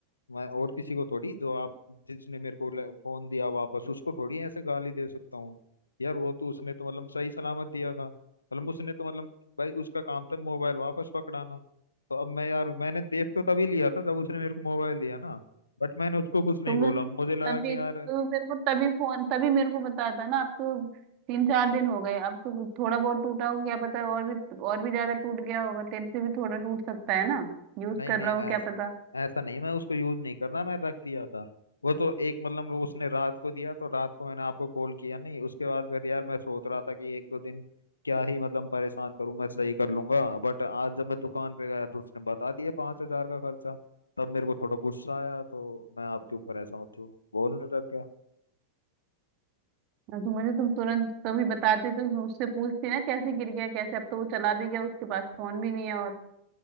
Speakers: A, on the left; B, on the right.
A: मैं और किसी को थोड़ी जो आप जिसने मेरे को ले- फोन दिया वापस उसको थोड़ी ऐसे गाली दे सकता हूँ यार वो तो उसने तो मतलब सही सलामत दिया था मतलब उसने तो मतलब भाई उसका काम था मोबाइल वापस पकड़ाना तो अब मैं यार मैंने देख तो तभी लिया था जब उसने मेरे को मोबाइल दिया ना बट मैंने उसको कुछ नहीं
B: तो
A: बोला
B: मुझे
A: मुझे लगा
B: तभी
A: कि यार
B: तो मेरे को तभी फोन तभी मेरे को बताता ना अब तो तीन चार दिन हो गए अब तो थोड़ा बहुत टूटा हो क्या पता और भी और भी ज्यादा टूट गया होगा तेरे से भी थोड़ा टूट सकता है ना यूज
A: नहीं
B: कर
A: नहीं
B: रहा
A: ऐसा
B: हो क्या पता
A: ऐसा नहीं मैं उसको यूज नहीं कर रहा मैं रख दिया था वो तो एक मतलब उसने रात को दिया तो रात को मैंने आपको कॉल किया नहीं उसके बाद फिर यार मैं सोच रहा था कि एक दो दिन क्या ही मतलब परेशान करूं मैं सही कर लूंगा बट आज जब मैं दुकान पे गया तो उसने बता दिया पाँच हजार का खर्चा तब मेरे को थोड़ा गुस्सा आया तो मैं आपके ऊपर ऐसा मतलब बोलने लग गया
B: हाँ, तो मुझे तुम तुरंत कभी बताते तो मैं उससे पूछती ना कैसे गिर गया कैसे अब तो वो चला भी गया उसके पास फोन भी नहीं है और